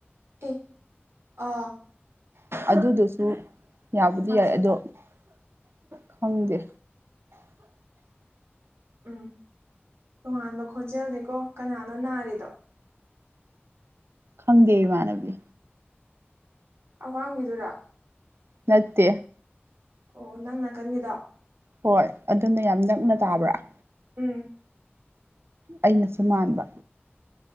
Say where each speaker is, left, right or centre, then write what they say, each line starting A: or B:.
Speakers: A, on the right; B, on the right.
A: ꯑꯦ ꯑ
B: ꯑꯗꯨꯗꯨꯁꯨ ꯌꯥꯕꯨꯗꯤ
A: ꯍꯪ
B: ꯌꯥꯏ ꯑꯗꯣ ꯈꯪꯗꯦ
A: ꯎꯝ ꯇꯣꯉꯥꯟꯕ ꯈꯣꯟꯖꯦꯜꯅꯤꯀꯣ ꯀꯅꯥꯅ ꯅꯥꯔꯤꯗꯣ
B: ꯈꯪꯗꯦ ꯏ ꯃꯥꯅꯕꯤ
A: ꯑꯋꯥꯡꯕꯤꯗꯨꯔꯥ
B: ꯅꯠꯇꯦ
A: ꯑꯣ ꯅꯪ ꯅꯥꯀꯟꯒꯤꯗꯣ
B: ꯍꯣꯏ ꯑꯗꯨꯅ ꯌꯥꯝ ꯅꯛꯅ ꯇꯥꯕ꯭ꯔꯥ
A: ꯎꯝ
B: ꯑꯩꯅꯁꯨ ꯃꯥꯟꯕ